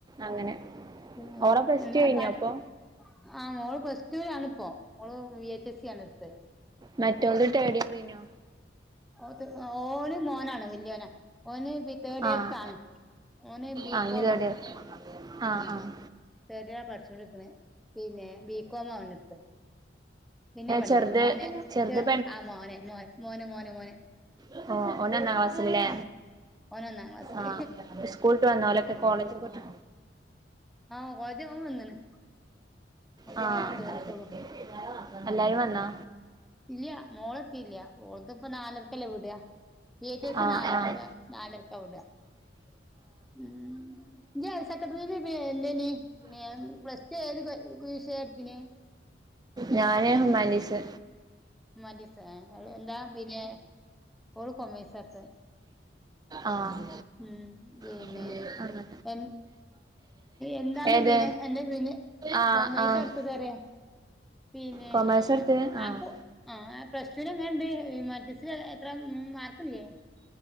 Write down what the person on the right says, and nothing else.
അങ്ങനെ
ഓളെ പ്ലസ്
ടു കഴിഞ്ഞോ
അപ്പൊ
മറ്റോൾത് തേർഡ് ഇയർ കയിഞ്ഞു
ആഹ്
ആഹ്
ഇനി തേർഡ് ഇയർ ആഹ്
ആഹ്
ചെറുത്
ചെറുത്
ഓഹ് ഓഹ് ഓനൊന്നാം ക്ലാസ്സിൽല്ലേ
ആഹ് സ്കൂള്ട്ട് വന്നോലൊക്കെ കോളേജൊക്കെ വിട്ട്
ആഹ്
<unintelligible> വന്നാ
ആഹ്
ആഹ്
ഞാന് ഹുമാൻ്റീസ്
ആഹ്
അങ്ങനെ
ഏത്
ആഹ്
ആഹ്
കൊമേഴ്സ് എടുത്ത് ആഹ്